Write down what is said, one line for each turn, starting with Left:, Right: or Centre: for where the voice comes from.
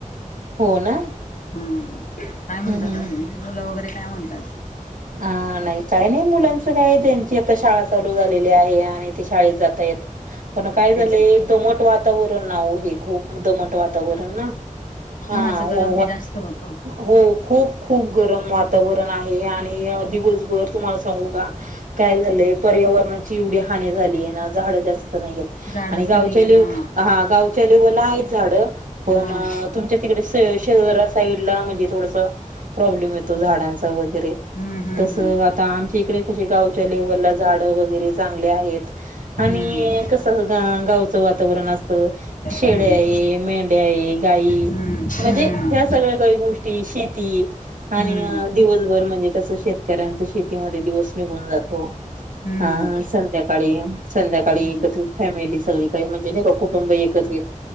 Right: हो ना
Left: हम काय म्हणतात
Right: हम्म
Left: आज
Right: हम्म
Left: म मुलं वगैरे काय म्हणतात?
Right: हा नाही काय नाही मुलांच काय त्यांची आता शाळा चालू झालेली आहे. शाळेत जातायत पण काय झालं
Left: तेच ना
Right: दमट वातावरण नावो हे खूप दमट वातावरण ना हा
Left: उन्हाचं गरम
Right: वो
Left: बी जास्त होतं
Right: हो खूप खूप गरम वातावरण आहे आणि दिवसभर तुम्हाला सांगू का? काय झालंय पर्यावरणाची एवढी हानी झाली आहे ना झाडं जास नाहीयत
Left: झाडच
Right: आणि गावच्या
Left: नाही
Right: लेव
Left: हा
Right: हां गावच्या लेवलला आहेत झाडं पण
Left: मग
Right: तुमच्या तिकडे शहरा साईडला म्हणजे थोडंस प्रॉब्लेम येतो झाडांचा वगैरे,
Left: हम्म हम्म
Right: तसं आता आम इकडे कशे गावच्या लेव्हलला झाडं वगैरे चांगले आहेत. आणि
Left: हम्म
Right: कसं गावचं वातावरण असतं शेळ्या
Left: हम्म
Right: आहे, मेंढ्या आहे हे गाई
Left: हम्म हम्म
Right: म्हणजे
Left: हम्म
Right: ह्या सगळ्या काही गोष्टी शेती आणि
Left: हम्म
Right: दिवसभर म्हणजे शेतकऱ्यांचा शेतीमध्ये दिवस निघून जातो.
Left: हम्म हम्म
Right: हा संध्याकाळी संध्याकाळी
Left: हम्म
Right: एकत्रित फॅमिली सगळी काहि म्हण <unintelligible> नाही का कुटुंब एकत्रित